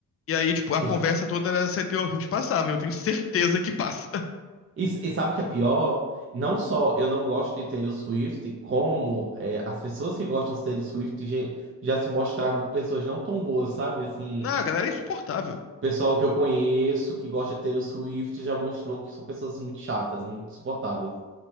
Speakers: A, on the left; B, on the right.
A: E aí,
B: <laughs>
A: tipo, a conversa toda era se Teor Rios passava. Eu tenho certeza que passa. <laughs>
B: E, e sabe o que é pior? Não só eu não gosto de Taylor Swift, como é, as pessoas que gostam de Taylor Swift já, já se mostraram pessoas não tão boas, sabe? Assim,
A: Não, a galera é insuportável.
B: pessoal que eu conheço que gosta de Taylor Swift já mostrou que são pessoas muito chatas, muito insuportáveis.